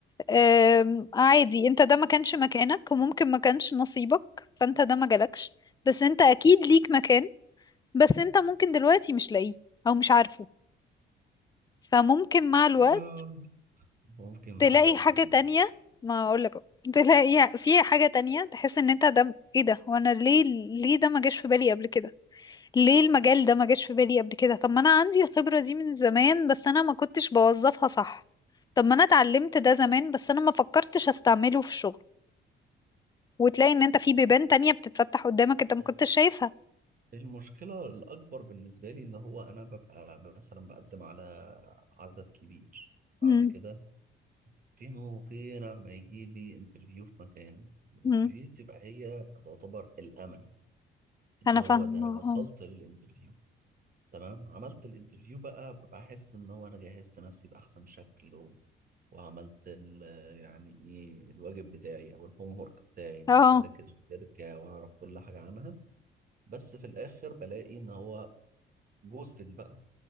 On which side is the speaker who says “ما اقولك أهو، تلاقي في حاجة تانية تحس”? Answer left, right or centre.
Left